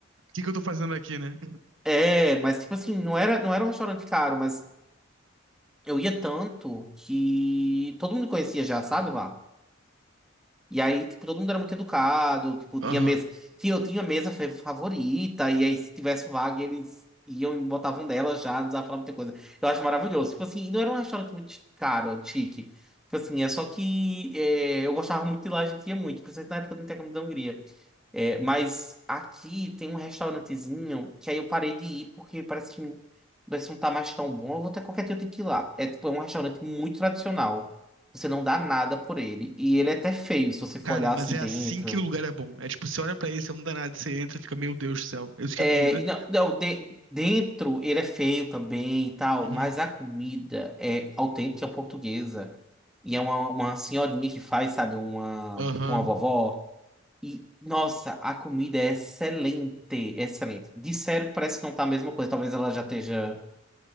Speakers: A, on the right (about 70°); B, in the centre.
A: que que eu tô fazendo aqui, né?
B: É, mas tipo assim, não era, não era um restaurante caro, mas eu ia tanto que todo mundo conhecia já, sabe lá? E aí, tipo, todo mundo era muito educado, tipo,
A: Aham.
B: tinha mesa. Tinha, eu tinha mesa fa- favorita, e aí se tivesse vaga, eles iam e botavam nela já, não precisava falar muita coisa. Eu acho maravilhoso. Tipo assim, e não era um restaurante muito caro, chique. Tipo assim, é só que é, eu gostava muito de lá, a gente ia muito, principalmente na época do intercâmbio da Hungria. É, mas aqui tem um restaurantezinho que aí eu parei de ir porque parece que, parece que não tá mais tão bom. Eu vou ter qualquer dia eu tenho que ir lá. É, tipo, é um restaurante muito tradicional. Você não dá nada por ele. E ele é até feio, se você for
A: Cara,
B: olhar
A: mas
B: assim
A: é
B: dentro.
A: assim que o lugar é bom. É tipo, você olha pra ele, você não dá nada, você entra e fica, meu Deus do céu, isso que
B: É,
A: é comida?
B: e não, não, de- dentro ele é feio também e tal,
A: Uhum.
B: mas a comida é autêntica portuguesa. E é uma, uma senhorinha que faz, sabe, uma,
A: Aham.
B: tipo uma vovó. E, nossa, a comida é excelente, excelente. Disseram que parece que não tá a mesma coisa. Talvez ela já esteja